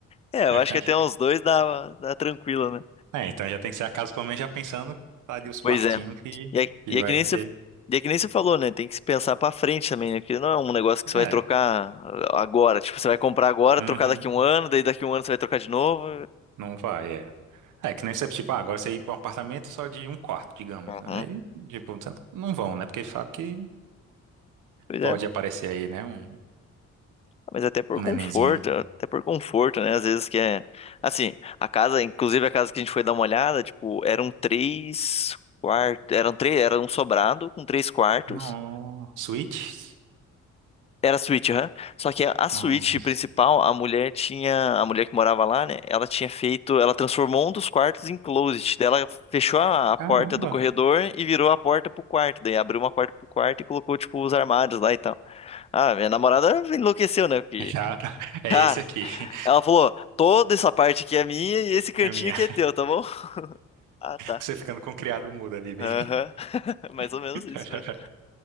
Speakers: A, on the left; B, on the right.
A: É, eu
B: <laughs>
A: acho que até uns dois dá, dá tranquilo, né?
B: É, então já tem que ser a casa, pelo menos já pensando, tá ali os quartinhos
A: Pois é.
B: que,
A: E é,
B: que
A: e é
B: vai
A: que nem
B: ter.
A: você, e é que nem você falou, né? Tem que se pensar pra frente também, né? Porque não é um negócio que
B: É,
A: você vai trocar agora. Tipo, você vai comprar agora,
B: uhum.
A: trocar daqui a um ano, daí daqui a um ano você vai trocar de novo.
B: Não vai, é. É, que nem você, tipo, ah, agora você ir para um apartamento só de um quarto, digamos.
A: Uhum.
B: Aí, tipo, você não não vão, né? Porque sabe que
A: Pois
B: pode
A: é.
B: aparecer aí, né? Um,
A: Mas até por
B: um
A: conforto,
B: nenenzinho.
A: até por conforto, né? Às vezes que é. Assim, a casa, inclusive a casa que a gente foi dar uma olhada, tipo, eram três quartos. Eram três, era um sobrado com três quartos.
B: Nossa, Switch?
A: Era a suíte, aham. Só que a a suíte
B: Nossa.
A: principal, a mulher tinha. A mulher que morava lá, né? Ela tinha feito. Ela transformou um dos quartos em closet. Daí ela fechou a, a
B: Caramba.
A: porta do corredor e virou a porta pro quarto. Daí abriu uma porta pro quarto e colocou, tipo, os armários lá e tal. Ah, minha namorada enlouqueceu, né? Porque,
B: Já, <laughs> é
A: cara,
B: esse aqui. <laughs>
A: ela falou: toda essa parte aqui é minha e esse cantinho
B: É minha.
A: aqui é teu, tá bom? <laughs> Ah, tá.
B: Você ficando com o criado mudo ali, bem.
A: Aham. <laughs> Mais ou
B: <laughs>
A: menos isso mesmo.